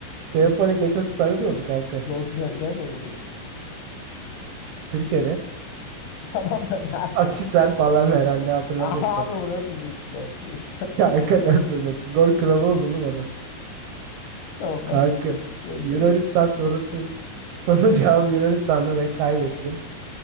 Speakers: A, on the right; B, on the left.
A: Teofani
B: Ne-
A: Gekas'ı tanımıyor mu kanka?
B: Yok ne- nerede oynadı?
A: Türkiye'de.
B: <laughs> Tamam da nerede?
A: Akisar falan herhalde hatırlamıyorum
B: Aha
A: tam.
B: abi bu nasıl büyük bir topçuymuş
A: <laughs>
B: ya.
A: Kanka nasıl nasıl? Gol kralı oldu oğlum adam.
B: <laughs> Tamam
A: Kanka.
B: başka gönder
A: Yunanistan
B: beni.
A: sorusu sorun cevabı Yunanistan'da ve kaybettin.